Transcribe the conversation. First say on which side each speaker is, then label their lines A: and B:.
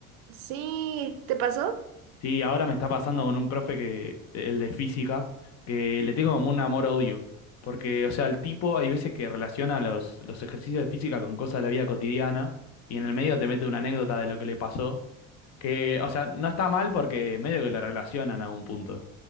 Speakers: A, on the right; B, on the left.
A: sí, ¿te pasó?
B: Sí, ahora me está pasando con un profe que, el de física, que le tengo como un amor-odio. Porque, o sea, el tipo hay veces que relaciona los, los ejercicios de física con cosas de la vida cotidiana y en el medio te mete una anécdota de lo que le pasó. Que, o sea, no está mal porque medio que la relacionan a un punto.